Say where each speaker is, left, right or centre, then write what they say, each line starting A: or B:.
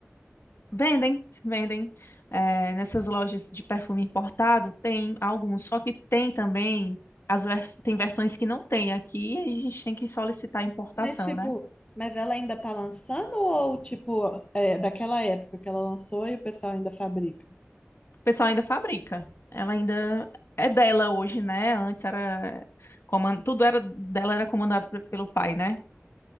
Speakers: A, on the left (about 55°); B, on the left (about 25°).
A: Vendem, vendem. É, nessas lojas de perfume importado tem alguns, só que tem também, as vers... tem versões que não tem aqui, a gente tem que solicitar importação,
B: Mas, tipo,
A: né?
B: mas ela ainda tá lançando ou, tipo, é daquela época que ela lançou e o pessoal ainda fabrica?
A: O pessoal ainda fabrica. Ela ainda é dela hoje, né? Antes era coman- tudo era dela era comandado pe- pelo pai, né?